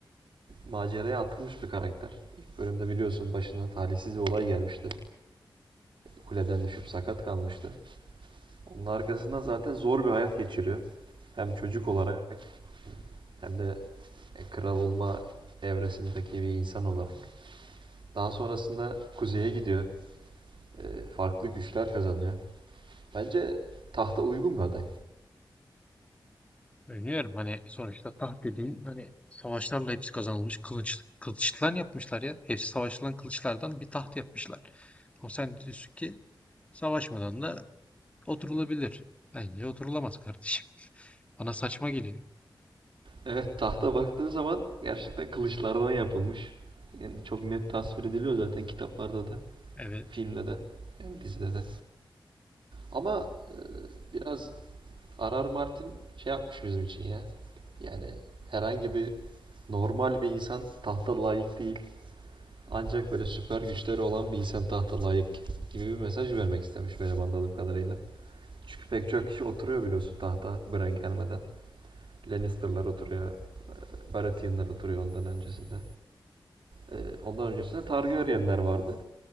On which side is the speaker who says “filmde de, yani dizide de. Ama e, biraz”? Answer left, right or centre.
Right